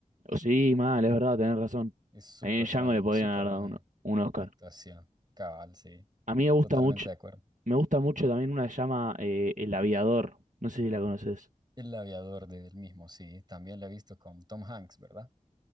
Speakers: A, on the right; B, on the right.
A: Sí, mal, es verdad, tenés razón.
B: Es súper
A: A mí en Django
B: buen,
A: le podrían
B: súper
A: haber
B: buena
A: dado un, un Oscar.
B: actuación. Cabal, sí.
A: A mí me gusta
B: Totalmente
A: mucho,
B: de acuerdo.
A: me gusta mucho también una que se llama eh, El Aviador. No sé si la conoces.
B: El aviador de él mismo, sí. También la he visto con Tom Hanks, ¿verdad?